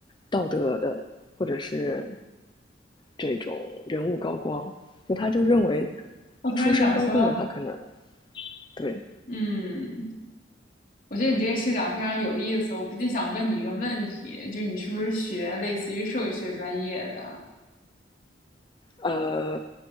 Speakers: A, on the left; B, on the left.
A: 道德的，或者是这种人物高光，就他就认为
B: 我突然想说，
A: 出身高贵的他可能对
B: 嗯，我觉得你这个视角非常有意思，我不禁想问你一个问题，就是你是不是学类似于兽医学专业的？
A: 呃